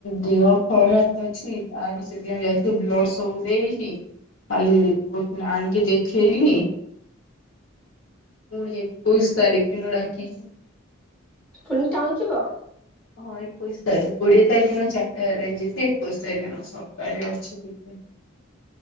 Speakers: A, on the left; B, in the centre.
A: ଦେହ ଖରାପ ଅଛି ତାର ସେଦିନ ଯାଇଥଲି ବ୍ଲଡ ସବୁ ଦେଇକି କାଲି ରିପୋର୍ଟ ଆଣିକି ଦେଖ ଖେଇଲି ପୁଣି ଏକୋଇଶ ତାରିଖ ଦିନ ଡାକିଛି।
B: ପୁଣି ଟାଉନ୍ ଯିବ?
A: ହଁ ଏକୋଇଶ ତାରିଖ କୋଡିଏ ତାରିଖ ଦିନ ଚାରିଟ ଯିବି ଏକୋଇଶ ତାରିଖ ଦିନ ସପ୍ତାହରେ ଅଛି ଟିକେ।